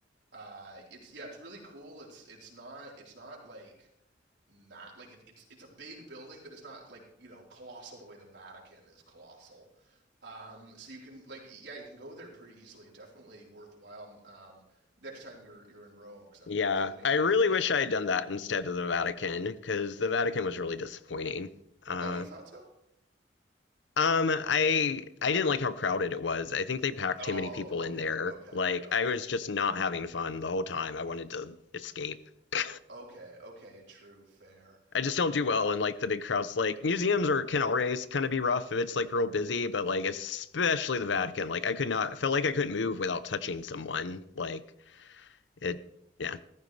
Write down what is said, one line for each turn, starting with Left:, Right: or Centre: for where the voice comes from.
Right: uh, it's yeah, it's really cool. It's it's not it's not like not like it, it's it's a big building, but it's not like you know colossal the way the Vatican is colossal. Um, so you can like yeah, you can go there pretty easily. Definitely worthwhile. Um, next time you're you're in Rome, because I'm
Left: Yeah,
Right: presuming
Left: I
Right: you're
Left: really
Right: planning
Left: wish I
Right: to
Left: had
Right: go
Left: done
Right: back.
Left: that instead of the Vatican because the Vatican was really disappointing. Uh,
Right: Oh, you thought so?
Left: um, I I didn't like how crowded it was. I think they packed
Right: Oh,
Left: too many people in
Right: okay,
Left: there.
Right: okay,
Left: Like
Right: okay,
Left: I was just not having fun the whole time. I wanted to escape. <laughs>
Right: okay, okay. True, fair.
Left: I just don't do well in like the big crowds. Like museums or can always kind of be rough if it's like real busy, but like especially the Vatican. Like I could not felt like I couldn't move without touching someone. Like it, yeah.